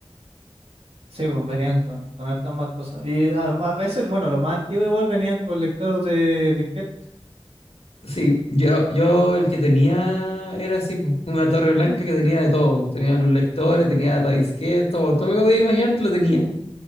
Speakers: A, on the right (about 80°); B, on the left (about 85°).
A: Sí, pues venían con, con hartas más cosas. Y a, a veces, bueno, lo más antiguo igual venían con lectores de disquete,
B: Sí, yo, yo el que tenía era así, po, una torre blanca que tenía de todo. Tenía los lectores, tenía para disquetes, todo, todo lo que podía imaginar te lo tenía.